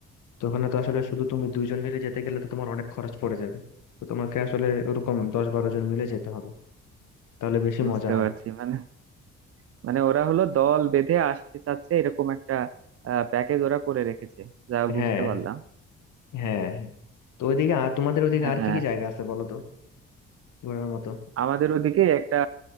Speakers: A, on the left (about 55°); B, on the right (about 40°).
A: তো ওখানে তো আসলে শুধু তুমি দুইজন মিলে যেতে গেলে তো তোমার অনেক খরচ পড়ে যাবে তো তোমাকে আসলে ওরকম দশ বারো জন মিলে যেতে হবে তাহলে বেশি
B: বুঝতে
A: মজা হয়
B: পারছি মানে মানে ওরা হলো দল বেঁধে আসতে চাচ্ছে এরকম একটা প্যাকেজ ওরা করে রেখেছে যা বুঝতে
A: হ্যাঁ
B: পারলাম
A: হ্যাঁ তো ওইদিকে আর তোমাদের ওইদিকে
B: হ্যাঁ
A: আর কি কি জায়গা আছে বলো তো ঘোরার মতো
B: আমাদের ওদিকে একটা